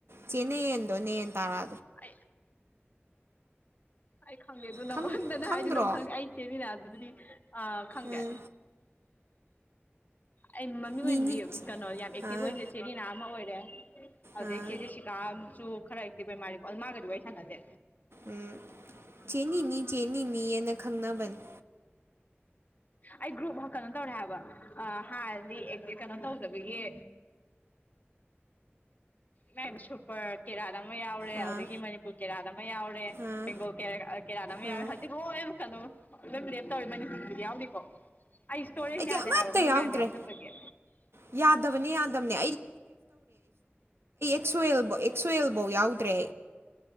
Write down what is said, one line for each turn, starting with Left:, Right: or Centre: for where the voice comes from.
Right: ꯆꯦꯅꯤ ꯌꯦꯟꯗꯣꯅꯦꯟ ꯇꯥꯔ
Left: ꯑ ꯑꯩ ꯈꯪꯗꯦ ꯑꯗꯨꯗꯣ ꯅꯉꯣꯟꯗꯅ
Right: ꯈꯪ ꯈꯪꯗ꯭ꯔꯣ
Left: ꯍꯥꯏꯗꯤ ꯅ ꯈꯪꯗꯦ ꯑꯩ ꯆꯦꯠꯃꯤꯅ ꯑꯗꯨꯗꯤ ꯎ ꯑ ꯈꯪꯦ
Right: ꯑꯥ
Left: ꯑꯩ ꯃꯃꯤꯡ
Right: ꯅꯤꯅꯤ
Left: ꯑꯣꯏꯅꯗꯤ ꯀꯩꯅꯣ ꯌꯥꯝ ꯑꯦꯛꯇꯤꯚ
Right: ꯑꯥ
Left: ꯑꯣꯏꯖꯦ ꯆꯦꯔꯤꯅꯥ ꯑꯃ ꯑꯣꯏꯔꯦ ꯎꯝ ꯑꯗꯦ
Right: ꯑꯥ
Left: ꯀꯦꯖꯤꯦꯁꯤ ꯀ ꯑꯝꯆꯨ ꯈꯔ ꯍꯦꯛꯇꯤ ꯕꯦꯃꯥ ꯑꯜꯃꯥꯒꯗꯤ ꯋꯥꯔꯤ ꯁꯥꯟꯅꯁꯦ
Right: ꯎꯝ ꯆꯦꯅꯤꯅꯤ ꯆꯦꯅꯤꯅꯤꯑꯅ ꯈꯪꯅꯕꯅꯤ
Left: ꯑꯩ ꯒ꯭ꯔꯨꯞ ꯀꯩꯅꯣ ꯇꯧꯔꯦ ꯍꯥꯏꯕ ꯍꯥꯟꯅꯗꯤ ꯀꯩꯅꯣ ꯇꯧꯖꯕꯒꯤ ꯃ ꯁꯨꯄꯔ ꯀꯦꯔꯥ ꯑꯃ ꯌꯥꯎꯔꯦ
Right: ꯑꯥ
Left: ꯑꯗꯨꯗꯒꯤ ꯃꯅꯤꯄꯨꯔ ꯀꯦꯔꯥꯗ ꯑꯃ ꯌꯥꯎꯔꯦ
Right: ꯑꯥ
Left: ꯕꯦꯡꯒꯣꯜ ꯀꯦꯔꯥꯗ ꯑꯃ
Right: ꯑꯥ
Left: ꯌꯥꯎꯔꯦ ꯍꯧꯖꯤꯛ ꯂꯣꯏꯨꯛ ꯀꯗ ꯅ ꯂꯩꯦꯞ ꯇꯕꯦ ꯃꯅꯤꯁꯤꯗꯤ ꯌꯥꯎꯂꯤꯀꯣ ꯑꯩ ꯏꯁꯇꯣꯔꯦꯖ
Right: ꯑꯩꯗꯤ
Left: ꯌꯥꯗꯦ
Right: ꯑꯃꯠꯇ
Left: ꯍꯥꯏꯕ ꯃꯣꯏ
Right: ꯌꯥꯎꯗ꯭ꯔꯦ
Left: ꯃꯌꯥꯝ ꯌꯥꯎꯁꯟꯖꯒꯦ
Right: ꯌꯥꯗꯕꯅꯦ ꯌꯥꯗꯕꯅꯦ ꯑꯦꯛꯁꯋꯦꯜ ꯑꯦꯛꯁꯋꯦꯜꯐꯧ ꯌꯥꯎꯗ꯭ꯔꯦ